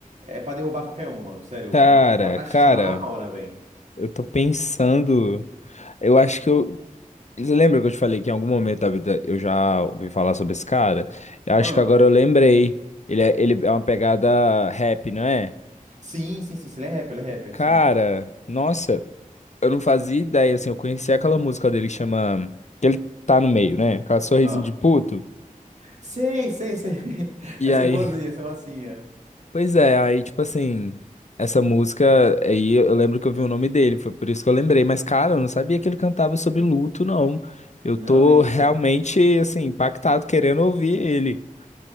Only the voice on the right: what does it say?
é pra derrubar qualquer um, mano. Sério,
o, o cara
chora na hora, véi.
Ah,
sim, sim, sim, sim, ele é rapper, ele é rapper,
sim.
Ah,
sei, sei, sei. <laughs>
Essa
é boazinha,
essa é massinha.
Não,
e
é,